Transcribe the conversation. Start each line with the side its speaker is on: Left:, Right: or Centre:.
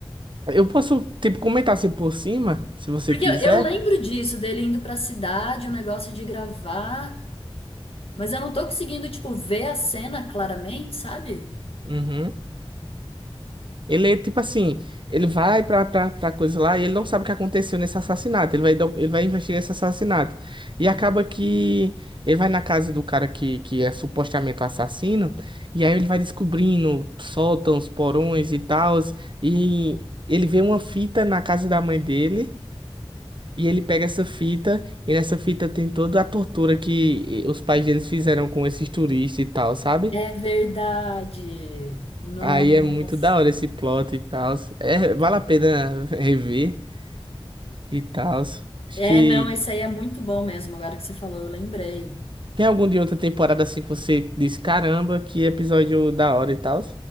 Right: Eu posso, tipo, comentar assim por cima, se você
Left: Porque
Right: quiser.
Left: eu, eu lembro disso, dele indo pra cidade, o negócio de gravar, mas eu não tô conseguindo, tipo, ver a cena claramente, sabe?
Right: Uhum. Ele, é, tipo assim, ele vai pra, pra, pra coisa lá e ele não sabe o que aconteceu nesse assassinato. Ele vai, dar- um, ele vai investigar esse assassinato. E acaba que ele vai na casa do cara que, que é supostamente o assassino. E aí ele vai descobrindo sótãos, porões e tal. E ele vê uma fita na casa da mãe dele. E ele pega essa fita, e nessa fita tem toda a tortura que eh, os pais deles fizeram com esses turistas e tal, sabe?
Left: É verdade. Nossa.
Right: Aí é muito da hora esse plot e tal. É, vale a pena rever e tal. Acho
Left: É,
Right: que
Left: não, esse aí é muito bom mesmo, agora que você falou, eu lembrei.
Right: tem algum de outra temporada assim que você diz, caramba, que episódio da hora e tal.